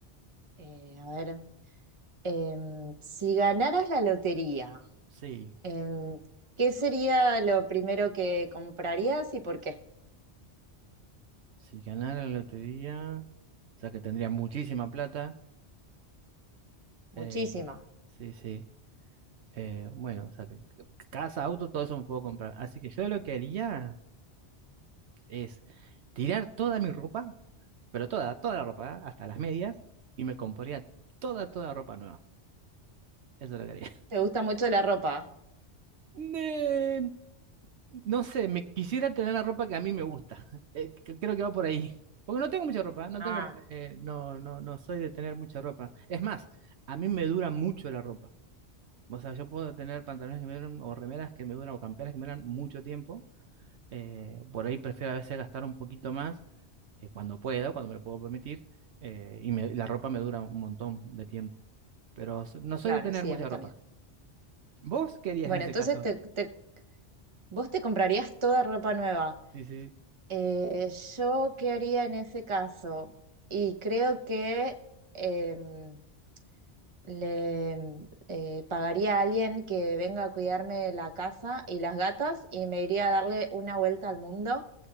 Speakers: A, on the right; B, on the right.
A: Eh, a ver, em, si ganaras la lotería,
B: Sí,
A: em, ¿qué sería lo primero que comprarías y por qué?
B: si ganara la lotería, o sea que tendría muchísima plata.
A: Muchísima.
B: eh, sí, sí. eh, bueno, o sea que c- casa, auto, todo eso me puedo comprar. Así que yo lo que haría es tirar toda mi ropa Pero toda, toda la ropa, ¿ah? hasta las medias, y me compraría toda, toda ropa nueva. Eso es lo que haría.
A: ¿Te gusta mucho la ropa?
B: Eh, no sé, me quisiera tener la ropa que a mí me gusta. Eh, c- creo que va por ahí. Porque no tengo mucha ropa, no
A: Ah,
B: tengo, eh, no, no, no soy de tener mucha ropa. Es más, a mí me dura mucho la ropa. O sea, yo puedo tener pantalones que me duran, o remeras que me duran, o camperas que me duran mucho tiempo. Eh, por ahí prefiero a veces gastar un poquito más eh, cuando puedo, cuando me lo puedo permitir. eh, y me- la ropa me dura un montón de tiempo. pero so- no soy
A: claro,
B: de tener
A: sí,
B: mucha
A: a mí también.
B: ropa. ¿Vos querías
A: Bueno,
B: en ese
A: entonces
B: caso?
A: te, te- vos te comprarías toda ropa nueva.
B: Sí, sí.
A: Eh, ¿yo qué haría en ese caso? Y creo que... em, Le mm, eh, pagaría a alguien que venga a cuidarme la casa y las gatas y me iría a darle una vuelta al mundo.